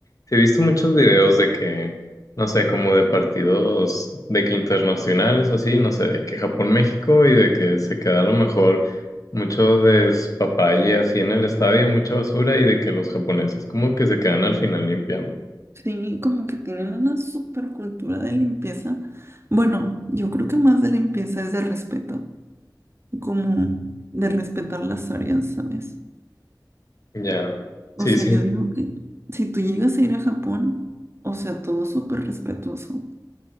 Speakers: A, on the left; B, on the right.
A: sí, he visto muchos videos de que, no sé, como de partidos de que internacionales o así, no sé, de que Japón-México y de que se queda a lo mejor mucho despapalle así en el estadio, mucha basura y de que los japoneses como que se quedan al final limpiando.
B: Sí, como que tienen una super cultura de limpieza. Bueno, yo creo que más de limpieza es de respeto, como de respetar las áreas, ¿sabes?
A: Ya,
B: O
A: Sí,
B: sea,
A: sí,
B: yo digo que si tú llegas a ir a Japón, o sea, todo súper respetuoso,